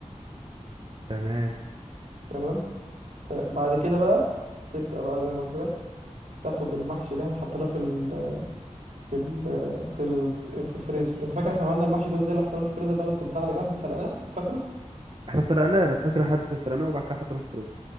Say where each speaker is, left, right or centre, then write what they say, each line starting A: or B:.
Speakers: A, on the right; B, on the right.
A: تمام
B: تمام ت- بعد كده بقى تبدأ بقى زي ما قلت لك تاخد المحشي اللي احنا حطيناه في ال في ال في ال في الفريزر انت فاكر احنا عملنا المحشي ده ازاي اللي حطيناه في الفريزر ده وسبناه على جنب سلقناه فاكره
A: احنا سلقناه انا فاكر حد سلقناه وبعد كده حطيناه في الرز